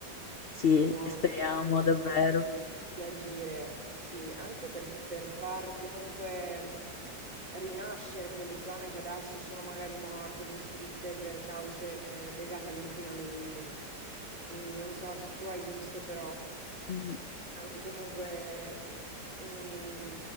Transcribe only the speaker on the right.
nuove
forme di,
di- di agire, sì, anche per, per far comunque rinascere quelle zone che adesso sono magari morte, distrutte per cause eh, legate all'inquinamento. Mm, non so se tu hai visto, però
anche comunque eh, mh,